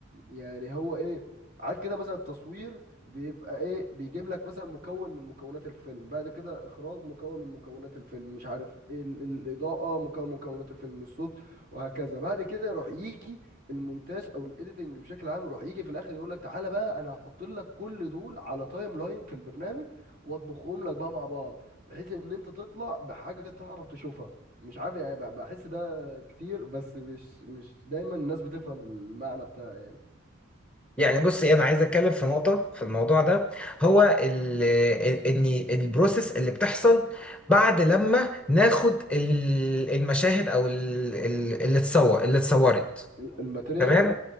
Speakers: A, on the right; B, in the centre.
A: يعني هو ايه عارف كده مثلا التصوير بيبقى ايه بيجيب لك مثلا مكون من مكونات الفيلم بعد كده اخراج مكون من مكونات الفيلم مش عارف ايه ال- الاضاءة مكون من مكونات الفيلم الصوت وهكذا بعد كده يروح يجي المونتاج او الايديتنج بشكل عام يروح يجي في الاخر يقول لك تعالى بقى انا هحط لك كل دول على تايم لاين في البرنامج واطبخهم لك بقى مع بعض بحيث ان انت تطلع بحاجه تعرف تشوفها مش عارف يعني ب- بحس ده كتير بس مش مش دايما الناس بتفهم المعنى بتاعه يعني
B: يعني بص ايه انا عايز اتكلم في نقطة في الموضوع ده هو ال ال- ان البروسيس اللي بتحصل بعد لما ناخد ال- المشاهد او ال- ال- اللي اتصور اللي اتصورت
A: ال- الماتيريال
B: تمام